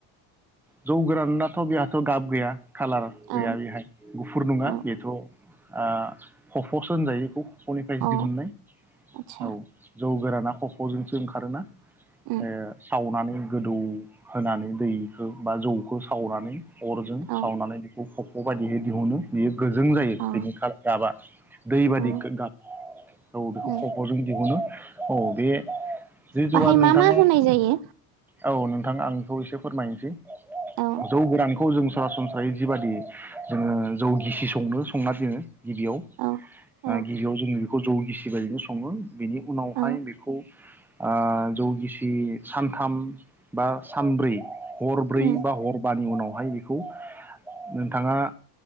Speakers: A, in the centre; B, on the right.
A: जौ गोराननाथ' बेहाथ' गाब गैया खाालार गैया
B: औ
A: बेहाय गुफुर नङा
B: औ
A: बेथ' आ खफ'सो होनजायो इखौ खफ'निफ्राय
B: अ
A: दिहुननाय
B: आतसा
A: औ जौ गोराना खफ'जोंसो ओंखारोना
B: उम
A: ओ सावनानै गोदौ होनानै दैखो जौखौ सावनानै अरजों
B: औ
A: सावनानै बेखौ खफ' बायदिहै दिहुनो बियो गोजों जायो
B: अ
A: बिनि गाबा दैबादि
B: उम
A: गाब औ बेखौ
B: उम
A: खफ'जों दिहुनो। औ बे जि
B: बाहाय
A: जौआ नोंथाङा
B: मा मा होनाय जायो?
A: औ नोंथां आं बेखौ एसे फोरमायनोसै- जौ
B: औ
A: गोरानखौ जों सरासनस्रायै जिबायादि जोङो जौ गिसि संनो संना दिनो गिबियाव
B: औ औ
A: आ गिबियाव जोङो बेखौ जौ गिसि बायदिनो सङो बेनि उनावहाय
B: औ
A: बेखौ आ जौ गिसि सानथाम बा सानब्रै हरब्रै
B: उम
A: बा हरबानि उनाव <unintelligible> नोंथाङा